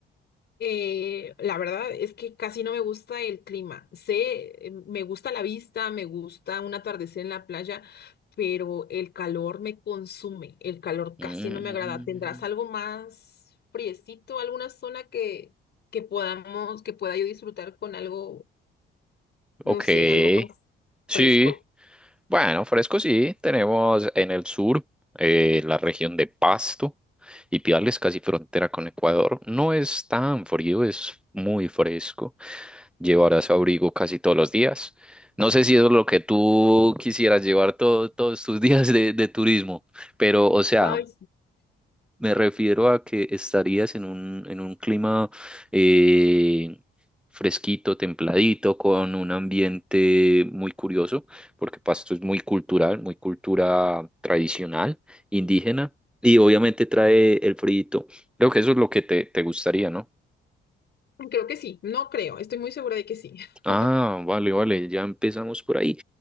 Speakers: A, on the left; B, in the centre.
A: Eh, la verdad es que casi no me gusta el clima. Sé, eh, me gusta la vista, me gusta un atardecer en la playa, pero el calor me consume. El calor casi
B: Mm,
A: no me agrada. ¿Tendrás algo más friecito, alguna zona que, que podamos, que pueda yo disfrutar con algo, no
B: ok,
A: sé, algo más
B: sí.
A: fresco?
B: Bueno, fresco sí. Tenemos en el sur eh, la región de Pasto y Piales, casi frontera con Ecuador. No es tan frío, es muy fresco. Llevarás abrigo casi todos los días. No sé si es lo que tú quisieras llevar todo- todos tus <laughs> días de, de turismo, pero o sea,
A: Ay,
B: Me refiero a que estarías en un, en un clima eh, fresquito, templadito, con un ambiente muy curioso, porque Pasto es muy cultural, muy cultura tradicional, indígena, y obviamente trae el frito. Creo que eso es lo que te, te gustaría, ¿no?
A: Creo que sí, no creo, estoy muy segura de que sí. <laughs>
B: Ah, vale, vale, ya empezamos por ahí.